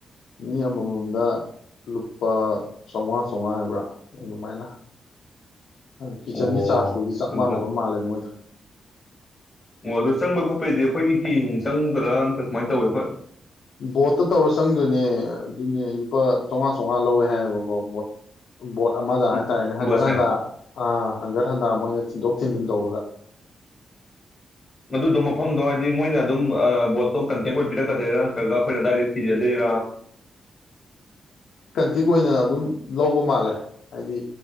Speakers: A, on the left; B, on the left.
A: ꯃꯤ ꯑꯃꯃꯝꯗ ꯂꯨꯄꯥ ꯆꯥꯝꯃꯉꯥ ꯆꯥꯝꯃꯉꯥ ꯍꯥꯏꯕ꯭ꯔꯥ ꯑꯗꯨꯃꯥꯏꯅ ꯑꯗꯨ ꯀꯤꯠꯆꯟꯒꯤ
B: ꯑꯣ
A: ꯆꯥꯔꯖꯇꯨꯗꯤ ꯆꯞ
B: ꯑꯗꯨ
A: ꯃꯥꯟꯅꯕ ꯃꯥꯜꯂꯦꯕ ꯃꯣꯏꯗꯣ
B: ꯑꯣ ꯑꯗꯨ ꯆꯪꯕꯩ ꯈꯣꯠꯄꯩꯗꯤ ꯑꯩꯈꯣꯏꯅ ꯍꯤ ꯅꯨꯡ ꯆꯪꯗ꯭ꯔꯥ ꯅꯠꯇ꯭ꯔꯒ ꯀꯃꯥꯏꯅ ꯇꯧꯒꯦ ꯑꯩꯈꯣꯏ
A: ꯕꯣꯠꯇ ꯇꯧꯔ ꯆꯪꯗꯣꯏꯅꯦ ꯑꯗꯨꯅꯦ ꯂꯨꯄꯥ ꯆꯥꯃꯉꯥ ꯆꯥꯃꯉꯥ ꯂꯧꯋꯦ ꯍꯥꯏꯌꯦꯕꯀꯣ ꯕꯣꯠ ꯕꯣꯠ ꯑꯃꯗ
B: ꯎꯝ
A: ꯍꯥꯏ ꯇꯔꯅꯦ ꯍꯪꯒꯠ
B: ꯕꯣꯠꯁꯦ
A: ꯍꯟꯗꯥ ꯑ ꯍꯥꯪꯒꯠ ꯍꯟꯗꯥ ꯃꯣꯏꯅ ꯊꯤꯟꯗꯣꯛ ꯊꯤꯟꯖꯤꯟ ꯇꯧꯕꯗ
B: ꯃꯗꯨꯗꯣ ꯃꯐꯝꯗꯣ ꯍꯥꯏꯗꯤ ꯃꯣꯏꯅ ꯑꯗꯨꯝ ꯕꯣꯠꯇꯣ ꯑ ꯑꯩꯈꯣꯏ ꯄꯤꯔꯛꯀꯗꯣꯏꯔꯥ ꯅꯠꯇ꯭ꯔꯒ ꯑꯩꯈꯣꯏꯅ ꯑꯗꯥꯏꯗ ꯊꯤꯖꯗꯣꯏꯔ
A: ꯀꯟꯇꯦꯛ ꯑꯣꯏꯅ ꯑꯗꯨꯝ ꯂꯧꯕ ꯃꯥꯜꯂꯦ ꯍꯥꯏꯗꯤ